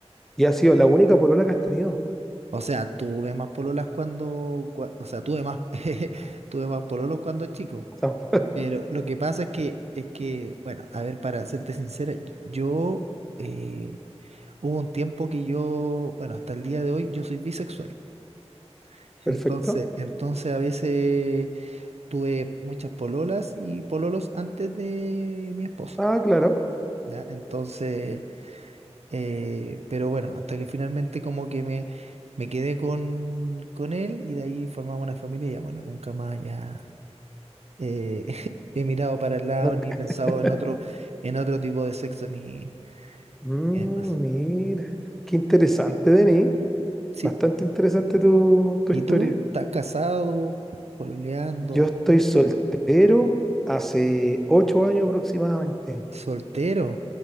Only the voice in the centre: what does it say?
y ha sido la única polola que has tenido.
Ah,
perfecto.
Ah, claro.
No-
<laughs>
Mm,
mira, qué interesante, Denis.
Bastante interesante tu, tu
historia.
Yo estoy soltero hace ocho años aproximadamente.